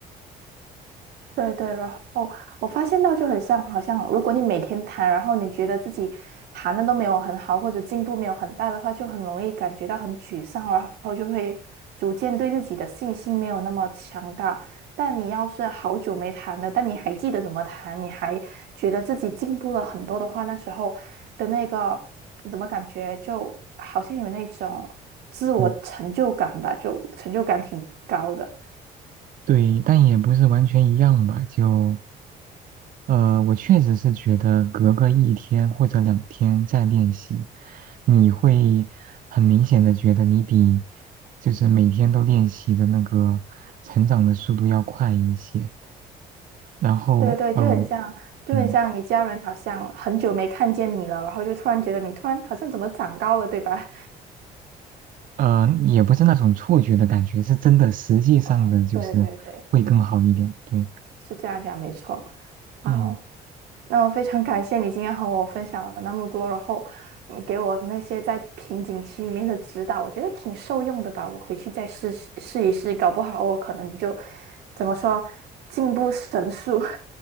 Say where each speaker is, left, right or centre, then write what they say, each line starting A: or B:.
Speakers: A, on the right; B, on the right.
A: 对对，然后我发现到就很像，好像如果你每天弹，然后你觉得自己弹的都没有很好，或者进步没有很大的话，就很容易感觉到很沮丧，然后就会逐渐对自己的信心没有那么强大。但你要是好久没弹了，但你还记得怎么弹，你还觉得自己进步了很多的话，那时候的那个怎么感觉就好像有那种自我成就感吧，
B: 嗯，
A: 就成就感挺高的。
B: 对，但也不是完全一样吧，就。呃，我确实是觉得隔个一天或者两天再练习，你会很明显的觉得你比就是每天都练习的那个成长的速度要快一些。然后，
A: 对对，
B: 呃，
A: 就很像，就很像你家人好像很久没看见你了，
B: 嗯，
A: 然后就突然觉得你突然好像怎么长高了，对吧？
B: 呃，也不是那种错觉的感觉，是真的，实际上的就是会更好一点。
A: <laughs> 啊，对对对，
B: 对，
A: 是这样讲没错。好，
B: 嗯。
A: 那我非常感谢你今天和我分享了那么多，然后你给我那些在瓶颈期里面的指导，我觉得挺受用的吧。我回去再试试试一试，搞不好我可能就怎么说进步神速。<laughs>